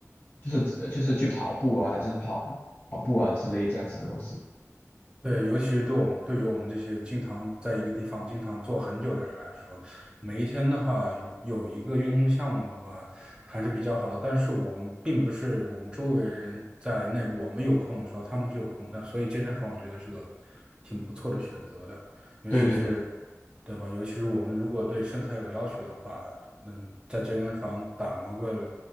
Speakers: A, on the left; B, on the right.
A: 就是呃就是去跑步啊，还是跑跑步啊之类这样子的东西。
B: 对，尤其是对我们，对于我们这些经常在一个地方经常坐很久的人来说，每一天的话，有一个运动项目的话，还是比较好的。但是我们并不是我们周围人在那我们有空的时候，他们就有空。但所以健身房我觉得是个挺不错的选择的，尤其是，
A: 对对对。
B: 对吧？尤其是我们如果对身材有要求的话，能在健身房打磨个